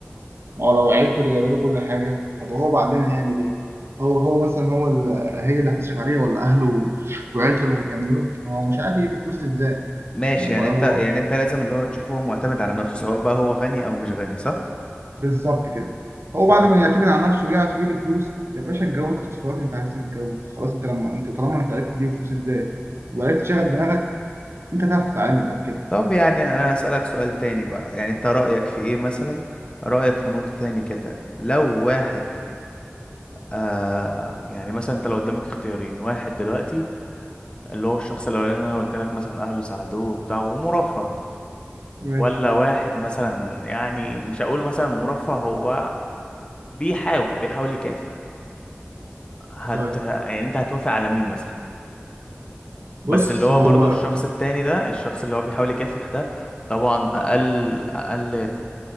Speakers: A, on the right (about 75°); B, on the left (about 25°).
A: ما هو لو عيلته اللي جايبه له كل حاجه طب هو بعدين هيعمل ايه هو هو مثلا هو اللي هي اللي هتصرف عليه ولا اهله وعيلته اللي هيكملوا ما هو مش عارف يجيب الفلوس ازاي
B: ماشي
A: يعني هو
B: يعني
A: هو
B: انت يعني انت لازم اللي هو تشوفه هو معتمد على نفسه سواء بقى هو غني او مش غني صح
A: بالظبط كده هو
B: تم
A: بعد ما يعتمد على نفسه ويعرف يجيب الفلوس يا باشا اتجوز خلاص انت عايز تتجوز خلاص انت لما انت طالما انت عرفت تجيب الفلوس ازاي وعرفت تشغل دماغك انت هتعرف تتعامل بعد كده
B: طب يعني انا هسألك سؤال تاني بقى يعني انت رأيك في ايه مثلا رأيك في نقطة تاني كده لو واحد آه يعني مثلا انت لو قدامك اختيارين واحد دلوقتي اللي هو الشخص الاولاني اللي انا قلت لك مثلا اهله ساعدوه وبتاع ومرفه
A: ماشي
B: ولا واحد مثلا يعني مش هقول مثلا مرفه هو بيحاول بيحاول يكافح هت
A: طيب
B: يعني انت هتوافق على مين مثلا
A: بص
B: بس اللي هو
A: هو
B: برضو الشخص التاني ده الشخص اللي هو بيحاول يكافح ده طبعا اقل اقل